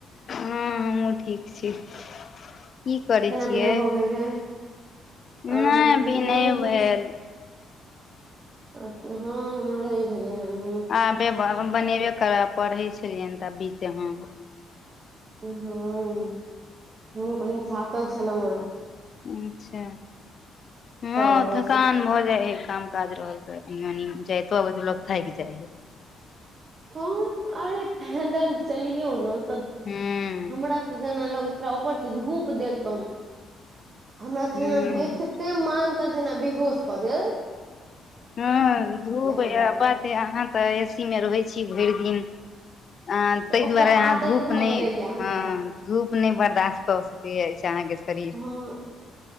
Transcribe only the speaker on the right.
खाना
<inaudible>
आइ
किछु हँ हमरो नहि भेल हनँ
हँ ह कनी थाकल छलहुँ ह
तऽ ओकरा
सुत
कह अरे पैदल चलियौ ने तऽ
हमरा जेना लगैत रह ऊपर धूप देख कऽ हमरा
से मान तर जेना बिहोश कऽ देल
हमरा
तऽ
तऽ
ओकर
आदत
भऽ
गेलैया हमरा
हँ